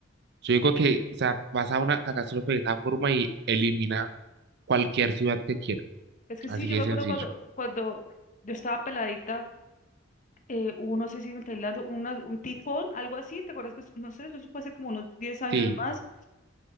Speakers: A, on the right; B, on the left.
A: Yo digo
B: Y
A: que, o sea, pasa una catástrofe de esa forma y elimina cualquier ciudad que quiera.
B: es que
A: Así
B: sí, yo
A: de
B: me
A: sencillo.
B: acuerdo cuando, cuando yo estaba peladita, eh, hubo, no sé si en Tailandia, hubo una- un tifón, algo así, ¿te acuerdas que, es- no sé, eso fue hace como unos 10 años
A: Sí,
B: más?